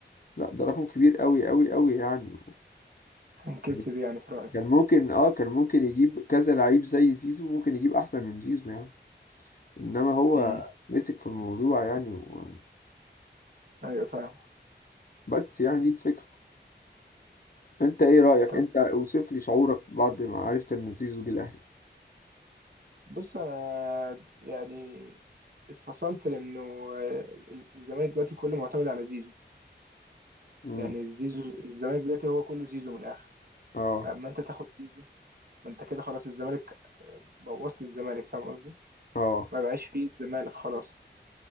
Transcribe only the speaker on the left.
لا ده رقم كبير قوي قوي قوي يعني
يعني
كان ممكن اه كان ممكن يجيب كذا لعيب زي زيزو ممكن يجيب احسن من زيزو يعني انما هو
مسك في الموضوع يعني و...
بس يعني دي الفكرة انت ايه رأيك
انت اوصف لي شعورك بعد ما عرفت ان زيزو جه الاهلي
امم
اه
اه